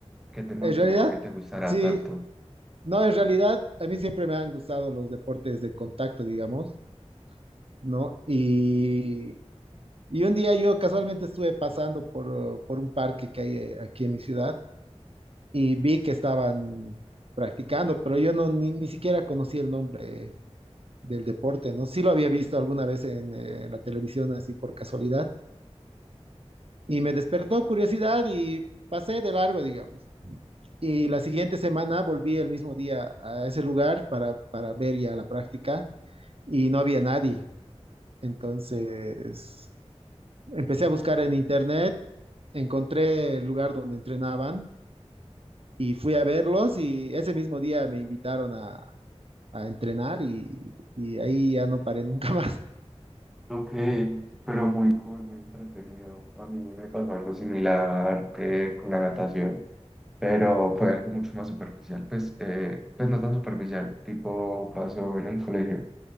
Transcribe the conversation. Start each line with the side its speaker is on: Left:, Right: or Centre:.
Centre: ¿Qué te motivó
Right: En realidad,
Centre: a que te gustara
Right: sí,
Centre: tanto?
Right: no, en realidad a mí siempre me han gustado los deportes de contacto, digamos, ¿no? Y, y un día yo casualmente estuve pasando por, por un parque que hay eh, aquí en mi ciudad y vi que estaban practicando, pero yo no ni, ni siquiera conocí el nombre del deporte, ¿no? Sí lo había visto alguna vez en, eh, en la televisión así por casualidad y me despertó curiosidad y pasé de largo, digamos. Y la siguiente semana volví el mismo día a ese lugar para, para ver ya la práctica y no había nadie. Entonces empecé a buscar en internet, encontré el lugar donde entrenaban y fui a verlos y ese mismo día me invitaron a, a entrenar y, y ahí ya no paré nunca <laughs> más.
Centre: Ok, pero muy cool, muy entretenido. A mí me pasó algo similar eh, con la natación, pero fue algo mucho más superficial. Pues, eh, pues no tan superficial, tipo pasó en el colegio.